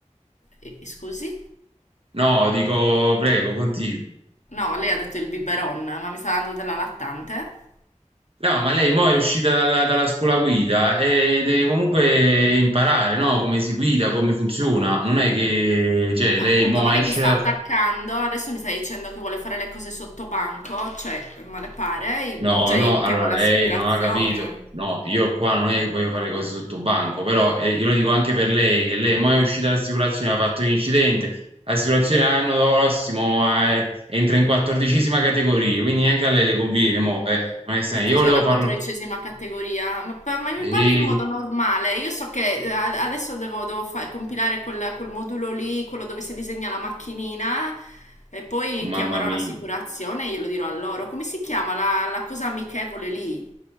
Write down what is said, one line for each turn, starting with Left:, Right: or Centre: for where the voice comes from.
Left: eh, eh, Scusi?
Right: no, dico, prego, continui.
Left: No, lei ha detto il biberon, ma mi sta dando della lattante?
Right: No, ma lei mo è uscita dalla, dalla scuola guida e deve comunque imparare, no? Come si guida, come funziona. Non è che, cioè,
Left: Appunto,
Right: lei mo
Left: ma
Right: esce
Left: lei mi sta
Right: da...
Left: attaccando, adesso mi sta dicendo che vuole fare le cose sotto banco, cioè, ma le pare?
Right: No,
Left: Cioè,
Right: no,
Left: io
Right: allora
Left: chiamo l'assicurazione.
Right: lei non ha capito. No, io qua non è che voglio fare cose sotto banco, però eh, io lo dico anche per lei, che lei mo è uscita dall'assicurazione, ha fatto un incidente. L'assicurazione l'anno prossimo eh, entra in quattordicesima categoria, quindi neanche a lei le conviene, mo, eh, onestamente.
Left: Che cos'è
Right: Io volevo
Left: la
Right: farlo...
Left: quattordicesima categoria? Ma, pa- ma mi
Right: Ehi,
Left: parli in modo normale? Io so che eh, a- adesso devo, devo fa- compilare quel, quel modulo lì, quello dove si disegna la macchinina, e poi
Right: mamma
Left: chiamerò
Right: mia.
Left: l'assicurazione e glielo dirò a loro. Come si chiama la, la cosa amichevole lì?